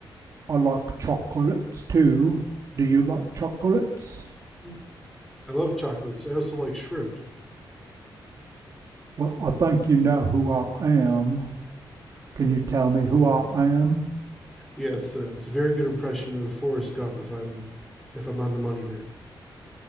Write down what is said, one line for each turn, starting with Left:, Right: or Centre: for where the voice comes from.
Right: I like chocolates too. Do you like chocolates?
Centre: Mm. I love chocolates. I also like shrimp.
Right: Well, I think you know who I am. Can you tell me who I am?
Centre: Yes, uh, it's a very good impression of Forrest Gump if I'm if I'm on the money there.